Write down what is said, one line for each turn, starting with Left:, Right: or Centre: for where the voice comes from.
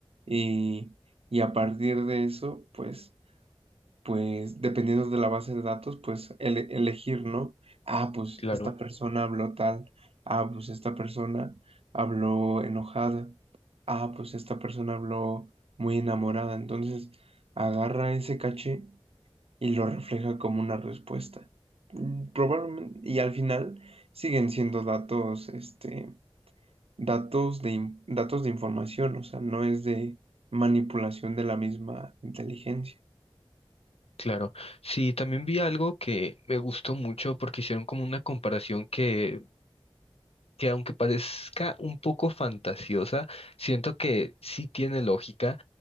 Right: y, y a partir de eso, pues, pues, dependiendo de la base de datos, pues ele- elegir, ¿no? Ah, pues
Left: Claro,
Right: esta persona habló tal, ah, pues esta persona habló enojada ah, pues esta persona habló muy enamorada, entonces agarra ese caché y lo refleja como una respuesta. Mm, Probablemente, y al final siguen siendo datos, este, datos de, in- datos de información, o sea, no es de manipulación de la misma inteligencia.
Left: claro. Sí, también vi algo que me gustó mucho porque hicieron como una comparación que que aunque parezca un poco fantasiosa, siento que sí tiene lógica,